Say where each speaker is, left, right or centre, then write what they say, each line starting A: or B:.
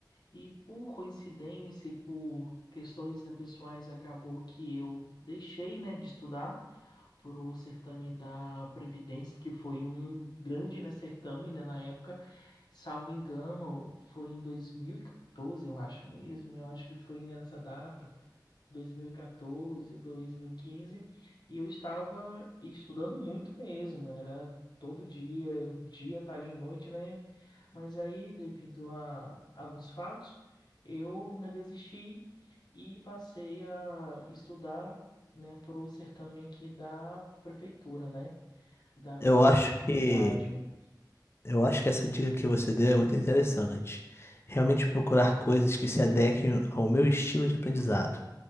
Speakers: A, on the left; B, on the left.
A: E por coincidência e por questões, né, pessoais, acabou que eu deixei, né, de estudar para o certame da Previdência, que foi um grande, né, certame, né, na época. Salvo engano, foi em 2014, eu acho mesmo, eu acho que foi né, nessa data. 2014, 2015, e quatorze, dois mil e quinze, e eu estava estudando muito mesmo, era todo dia, dia, tarde e noite, né? Mas aí, devido a alguns fatos, eu, né, desisti e passei a estudar, né, para o certame aqui da prefeitura, né, da
B: Eu
A: minha
B: acho que
A: cidade.
B: eu acho que essa dica que você deu é muito interessante. Realmente procurar coisas que se adequem ao meu estilo de aprendizado.